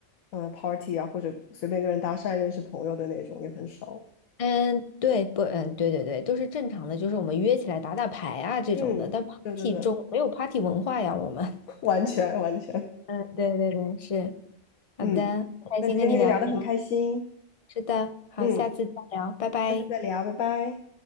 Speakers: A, on the left (about 80°); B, on the left (about 30°).
A: 呃，party 啊，或者随便跟人搭讪认识朋友的那种也很少。
B: 嗯，对，不，嗯，对对对，都是正常的，就是我们约起来打打牌啊这种的，
A: 嗯，
B: 但 party
A: 对对对，
B: 中没有 party 文化呀，我们。<laughs>
A: <laughs> 完全完全。
B: 嗯，对对对，是，好的，
A: 嗯，
B: 开心跟你聊天，
A: 那今天跟你聊的很开心，
B: 是的，好，
A: 嗯，
B: 下次再聊，拜拜。
A: 下次再聊，拜拜。